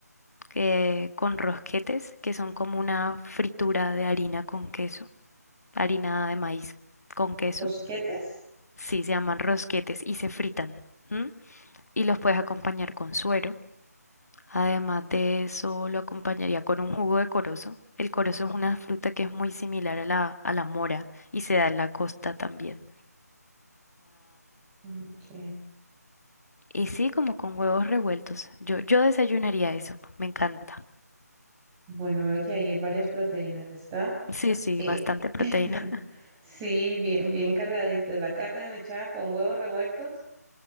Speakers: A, on the left; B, on the right.
A: que- con rosquetes, que son como una fritura de harina con queso, harina de maíz con queso.
B: ¿Rosquetes?
A: Sí, se llaman rosquetes y se fritan. ¿m? Y los puedes acompañar con suero. Además de eso, lo acompañaría con un jugo de corozo. El corozo es una fruta que es muy similar a la, a la mora y se da en la costa también.
B: Ok.
A: Y sí, como con huevos revueltos. Yo, yo desayunaría eso. Me encanta.
B: Bueno, veo que ahí hay varias proteínas. Está.
A: Sí, sí,
B: eh,
A: bastante proteína.
B: <laughs>
A: <laughs>
B: Sí, bien, bien cargadito. La carne mechada con huevos revueltos.